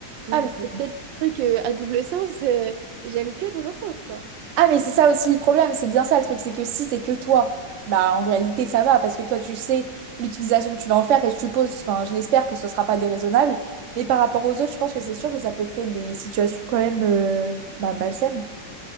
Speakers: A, on the right (about 80°); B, on the right (about 60°).
A: Donc
B: Ah mais,
A: c'est peut-être des trucs euh, à double sens, euh, j'aime que dans un sens, quoi.
B: ah, mais c'est ça aussi le problème, c'est bien ça le truc, c'est que si c'est que toi, bah en réalité ça va parce que toi tu sais l'utilisation que tu vas en faire et je suppose enfin je l'espère que ce sera pas déraisonnable, mais par rapport aux autres, je pense que c'est sûr que ça peut créer des situations quand même euh, bah, malsaines.